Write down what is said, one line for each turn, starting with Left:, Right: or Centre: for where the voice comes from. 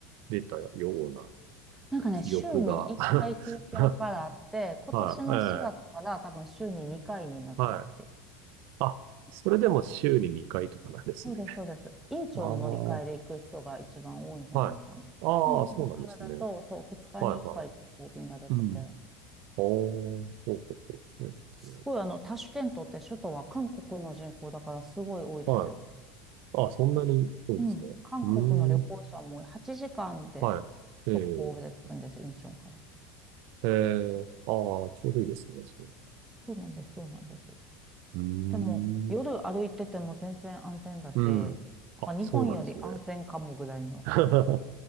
Right: 出たような
Centre: なんかね、
Right: 記憶が。
Centre: 週に1回東京からあって、
Right: <laughs>
Centre: 今年の4月から多分週に2回になったって言って
Right: はい、ええはい。あ、
Centre: ました。
Right: それでも週に2回とかなんですね。
Centre: そうです、そうです。院長の乗り換えで行く人が一番多いんじゃないかな。
Right: ああ、はい。ああ、
Centre: 院長からだと、
Right: そうなんですね。
Centre: そう、2日に1回こう便が出てて、
Right: はい、はい。うん。ああ、そうそうそう、そうなんですね。
Centre: すごいあの、タシュケントって首都は韓国の人口だからすごい多いですよ。
Right: はい。あ、そんなに多いんですね。
Centre: うん。韓国の旅行者も8時間で直行で着くんですよ、
Right: うーん。はい。ええ
Centre: インチョンから。
Right: ええ、ああ、ちょうどいいですね、そういうのが。
Centre: そうなんです、そうなんです。
Right: うーん。
Centre: でも、夜歩いてても全然安全だし、
Right: うん。
Centre: な
Right: あ、
Centre: んか日本より安全かもぐらいの。
Right: そうなんですね。<laughs> あ